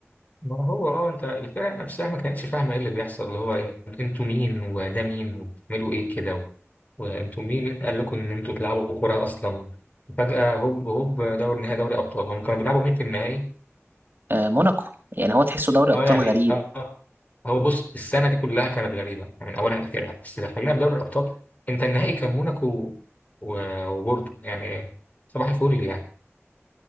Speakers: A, on the left; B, on the right.
A: ما هو اه انت الفرق نفسها ما كانتش فاهمه ايه اللي بيحصل اللي هو انت- انتوا مين وده مين وبتعملوا ايه كده و- وانتوا مين مين قال لكم ان انتوا تلعبوا كوره اصلا فجاه هوب هوب دوري نهائي دوري ابطال هم كانوا بيلعبوا مين في النهائي
B: آه، موناكو يعني هو تحسه دوري أبطال
A: اه يعني
B: غريب
A: اه هو بص السنه دي كلها كانت غريبه يعني من اولها لاخرها بس لو خلينا في دوري الابطال انت النهائي كان موناكو و- وبورتو يعني صباح الفل يعني